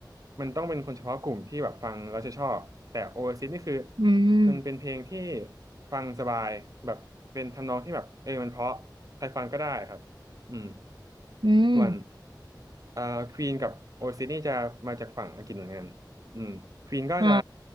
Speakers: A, on the right; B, on the right.
A: มันต้องเป็นคนเฉพาะกลุ่มที่แบบฟังแล้วจะชอบแต่โอเอซิสนี่คือ
B: อืม
A: มันเป็นเพลงที่ฟังสบายแบบเป็นทำนองที่แบบเออมันเพราะใครฟังก็ได้ครับอืม
B: อืม
A: ส่วนเอ่อควีนกับโอซิสนี่จะมาจากฝั่งอังกฤษเหมือนกันอืมควีนก็จะ
B: อ่า